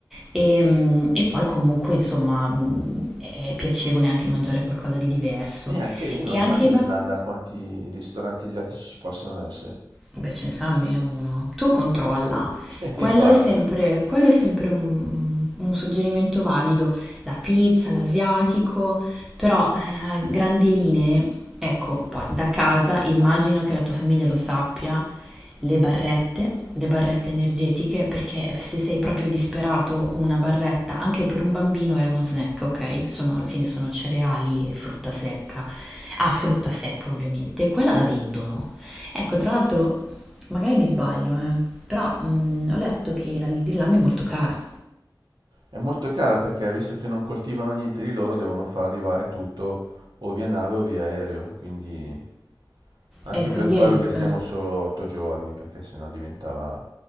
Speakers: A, in the centre; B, on the right (about 70°).
A: e, mm, e poi comunque insomma mm, è è piacevole anche mangiare qualcosa di diverso.
B: E anche lì non
A: E anche
B: so in
A: i
B: Islanda
A: bambini
B: quanti ristoranti asiatici ci possono essere.
A: Beh, ce ne sarà almeno uno. Tu controlla.
B: Eh, non... <laughs> cioè,
A: Quello
B: guarda.
A: è sempre, quello è sempre un, un suggerimento valido. La pizza, l'asiatico, però eh, a grandi linee, ecco, poi da casa immagino che la tua famiglia lo sappia, le barrette, le barrette energetiche, perché se sei proprio disperato, una barretta anche per un bambino è uno snack, ok? Sono, alla fine sono cereali e frutta secca. Ah, frutta secca ovviamente, quella la vendono. Ecco, tra l'altro, magari mi sbaglio, eh, però mm, ho letto che la- l'Islanda è molto cara
B: È molto cara perché visto che non coltivano niente di loro, devono far arrivare tutto o via nave o via aereo. Quindi anche
A: e quindi
B: per quello
A: è il...
B: che stiamo
A: eh,
B: solo otto giorni, perché sennò diventava